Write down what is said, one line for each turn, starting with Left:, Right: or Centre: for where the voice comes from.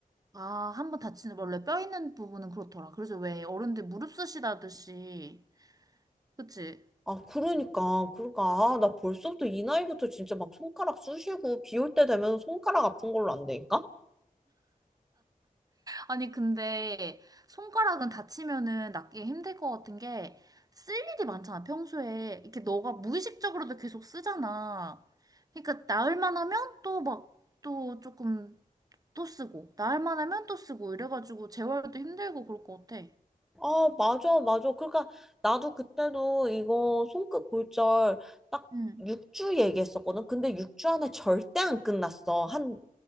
Right: 아, 한 번 다치는, 원래 뼈 있는 부분은 그렇더라. 그래서 왜 어른들 무릎 쓰시다듯이. 그치?
Centre: 아, 그러니까, 그러니까. 아, 나 벌써부터 이 나이부터 진짜 막 손가락 쑤시고 비 올 때 되면 손가락 아픈 걸로 안 되니까?
Right: 아니, 근데 손가락은 다치면은 낫기 힘들 것 같은 게 쓸 일이 많잖아, 평소에. 이렇게 너가 무의식적으로도 계속 쓰잖아. 그러니까 나을 만하면 또 막, 또 조금 또 쓰고, 나을 만하면 또 쓰고, 이래가지고 재활도 힘들고 그럴 것 같아.
Centre: 아, 맞아, 맞아. 그러니까 나도 그때도 이거 손끝 골절 딱
Right: 응.
Centre: 6주 얘기했었거든. 근데 6주 안에 절대 안 끝났어. 한